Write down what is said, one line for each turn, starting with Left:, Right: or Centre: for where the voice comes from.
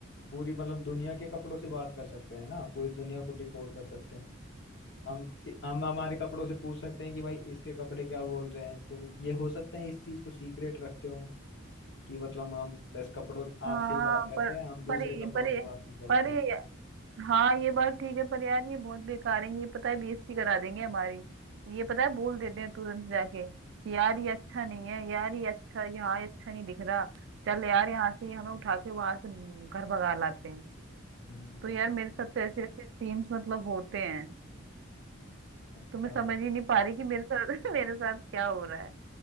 Left: पूरी मतलब दुनिया के कपड़ों से बात कर सकते हैं ना पूरी दुनिया को डिकोड कर सकते हैं हम हम हमारे कपड़ों से पूछ सकते हैं कि भाई इसके कपड़े क्या बोल रहे हैं तो ये हो सकता है इस चीज को सीक्रेट रखते हो कि मतलब हम बस कपड़ों आपसे
Right: हाँ
Left: ही बात करते
Right: पर
Left: हैं हम दूसरे
Right: पर ये-
Left: कपड़ों
Right: पर
Left: से
Right: ये-
Left: बात नहीं करते
Right: पर ये- हाँ ये बात ठीक है पर यार ये बहुत बेकार है ये पता है बेइज्जती करा देंगे हमारी ये पता है बोल देते हैं तुरंत जाके यार ये अच्छा नहीं है यार ये अच्छा यहाँ ये अच्छा नहीं दिख रहा चल यार यहाँ से हमें उठा के वहां से घर भगा लाते हैं
Left: हम्म
Right: तो यार मेरे साथ तो ऐसे ऐसे सीन्स मतलब होते हैं
Left: अच्छा
Right: तो मैं समझ ही नहीं पा रही कि मेरे साथ <laughs> मेरे साथ क्या हो रहा है